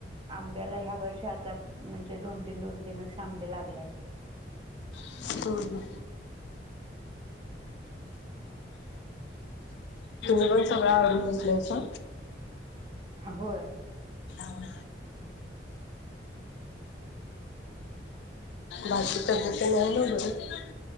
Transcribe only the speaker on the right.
आंब्याला ह्या वर्षी आता म्हणजे दोन-तीन, दोन-तीन असे आंबे लागल्यात.
होय.